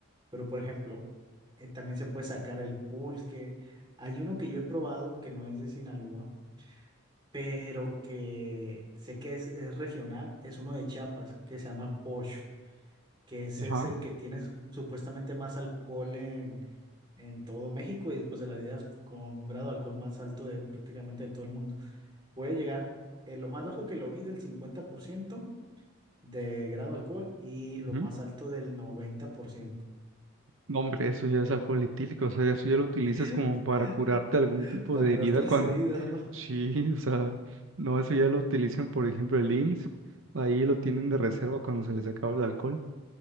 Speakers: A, on the right (about 20°); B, on the right (about 70°).
A: pero por ejemplo, eh, también se puede sacar el pulque. Hay uno que yo he probado que no es de Sinaloa, pero que sé que es, es regional, es uno de Chiapas, que se llama Posh, que ese
B: Ajá.
A: es el que tiene su- supuestamente más alcohol en, en todo México y después de la vida con un grado de alcohol más alto de prácticamente de todo el mundo. Puede llegar, eh, lo más bajo que lo vi del 50% de grado de alcohol y lo
B: Ujú.
A: más alto del 90%
B: No, hombre, eso ya es alcohol etílico, o sea, eso ya lo utilizas
A: <laughs>
B: como para curarte algún tipo
A: para
B: de
A: curarte
B: herida
A: las
B: cuando...
A: heridas,
B: <laughs>
A: ¿no?
B: Sí, o sea, no, eso ya lo utilizan, por ejemplo, el IMSS, ahí lo tienen de reserva cuando se les acaba el alcohol.